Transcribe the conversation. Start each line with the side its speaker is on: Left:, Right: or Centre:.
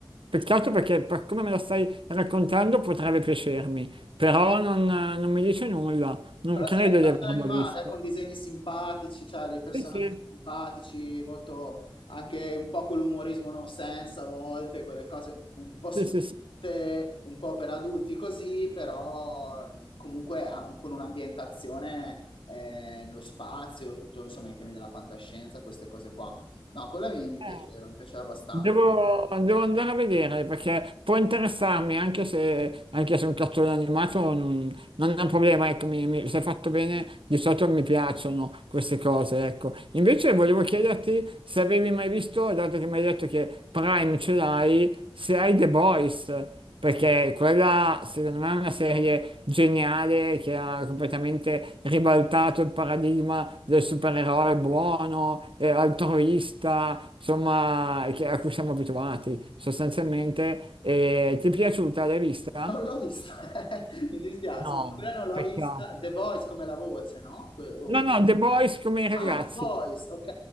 Right: Peccato perché per come me la stai raccontando potrebbe piacermi, però non, non mi dice nulla, non
Left: Però
Right: credo
Left: sì, è cartone
Right: di averla
Left: animata,
Right: vista.
Left: eh, con disegni simpatici, cioè dei personaggi
Right: Sì, sì,
Left: simpatici, molto anche un po' quell'umorismo no sense a volte, quelle cose un po' spinte,
Right: sì, sì, sì.
Left: un po' per adulti così, però comunque ha- con un'ambientazione eh, nello spazio, tutto insomma i temi della fantascienza, queste cose qua. No, quella mi, mi
Right: Eh,
Left: piaceva, mi piaceva abbastanza.
Right: Devo, devo andare a vedere perché può interessarmi anche se, anche se un cartone animato non, non è un problema, ecco, mi, mi- se fatto bene di solito mi piacciono queste cose, ecco. Invece volevo chiederti se avevi mai visto, dato che mi hai detto che Prime ce l'hai, se hai The Boys, perché quella, secondo me, è una serie geniale che ha completamente ribaltato il paradigma del supereroe buono, eh, altruista, insomma, che- a cui siamo abituati sostanzialmente. E ti è piaciuta? L'hai vista?
Left: Non l'ho vista, <laughs> mi dispiace,
Right: No,
Left: ma quella non l'ho
Right: Peccato.
Left: vista. The Voice come la voce, no? Que- o-
Right: No, no, The Boys come i ragazzi.
Left: Ah, The Boys, ok.